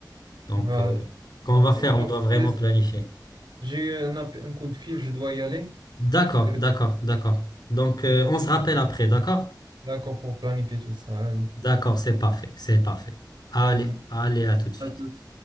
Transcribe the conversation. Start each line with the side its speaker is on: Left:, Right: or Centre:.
Left: donc,
Right: vas-y.
Left: euh, qu'on
Right: vas-y.
Left: va faire,
Right: Alors,
Left: on doit
Right: je te
Left: vraiment
Right: laisse.
Left: planifier.
Right: J'ai eu un, app- un coup de fil, je dois y aller.
Left: D'accord,
Right: Je te laisse.
Left: d'accord, d'accord. Donc, euh,
Right: Vas-y.
Left: on se rappelle
Right: à toute.
Left: après, d'accord?
Right: D'accord pour planifier tout ça. Allez,
Left: D'accord, c'est parfait, c'est parfait. Allez,
Right: vas-y.
Left: allez, à tout de suite.
Right: À toute.